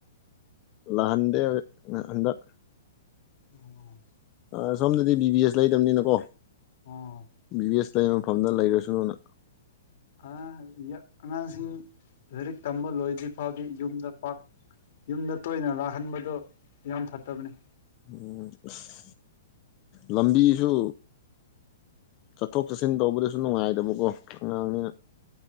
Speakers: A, on the left; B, on the left.
A: ꯂꯥꯛꯍꯟꯗꯦ ꯍꯧꯖꯤꯛ ꯍꯟꯗꯛ
B: ꯑꯣ
A: ꯑ ꯁꯣꯝꯗꯗꯤ ꯕꯤ ꯕꯤ ꯑꯦꯁ ꯂꯩꯗꯝꯕꯅꯤꯅꯀꯣ
B: ꯑꯣ
A: ꯕꯤ ꯕꯤ ꯑꯦꯁ ꯂꯩꯕ ꯃꯐꯝꯗ ꯂꯩꯈ꯭ꯔꯁꯨꯅꯨꯅ
B: ꯑ ꯑꯉꯥꯡꯁꯤꯡ ꯂꯥꯏꯔꯤꯛ ꯇꯝꯕ ꯂꯣꯏꯗ꯭ꯔꯤ ꯐꯥꯎꯗꯤ ꯌꯨꯝꯗ ꯄꯥꯛ ꯌꯨꯝꯗ ꯇꯣꯏꯅ ꯂꯥꯛꯍꯟꯕꯗꯣ ꯌꯥꯝ ꯐꯠꯇꯕꯅꯤ
A: ꯎꯝ ꯇꯁ ꯂꯝꯕꯤꯁꯨ ꯆꯠꯊꯣꯛ ꯆꯠꯁꯤꯟ ꯇꯧꯕꯗꯁꯨ ꯅꯨꯡꯉꯥꯏꯗꯕꯀꯣ ꯑꯉꯥꯡꯅꯤꯅ